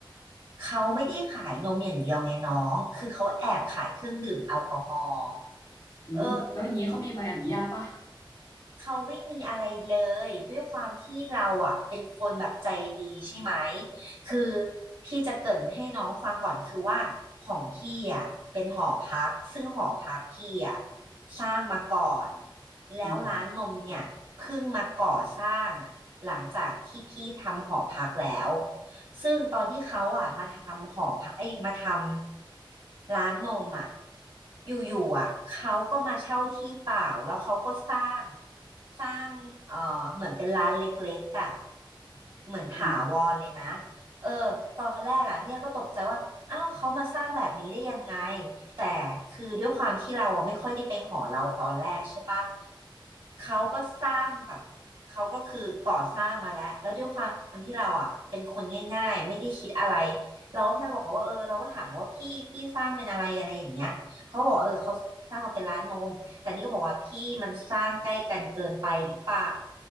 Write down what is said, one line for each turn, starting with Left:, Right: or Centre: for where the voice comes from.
Right: เขาไม่ได้ขายนมอย่างเดียวไงน้องคือเขาแอบขายเครื่องดื่มแอลกอฮอล์
Left: อืมแล้วอย่างนี้เขามีใบอนุญาตปะ
Right: เออ เขาไม่มีอะไรเลยด้วยความที่เราอ่ะเป็นคนแบบใจดีใช่ไหมคือพี่จะเกริ่นให้น้องฟังก่อนคือว่าของพี่อ่ะเป็นหอพักซึ่งหอพักพี่อ่ะสร้างมาก่อนแล้วร้านนมเนี่ยเพิ่งมาก่อสร้างอ่ะหลังจากที่พี่ทำหอพักแล้ว
Left: อืม
Right: ซึ่งตอนที่เขาอ่ะมาทำหอพักไอ้ยมาทำร้านนมอ่ะอยู่ๆอ่ะเขาก็มาเช่าที่เปล่าแล้วเขาก็สร้างสร้างเอ่อเหมือนเป็นร้านเล็กๆอ่ะเหมือนถาวรเลยนะ
Left: อืม
Right: เออตอนแรกอ่ะเนี่ยก็ตกใจว่าเอ้าวเขามาสร้างแบบนี้ได้ยังไง แต่คือด้วยความที่เราอะไม่ค่อยได้ไปหอเราตอนแรกใช่ปะเขาก็สร้างแบบเขาก็คือก่อสร้างมาแล้วแล้วด้วยความที่เราอ่ะเป็นคนง่ายๆไม่ได้คิดอะไรเราก็แค่บอกเขาว่าเออเราก็ถามเขาว่าพี่พี่สร้างเป็นอะไรอะไรอย่างเงี้ยเขาบอกว่าเออเขาสร้างมาเป็นร้านนมแต่นี่ก็บอกว่าพี่มันสร้างใกล้กันเกินไปหรือเปล่า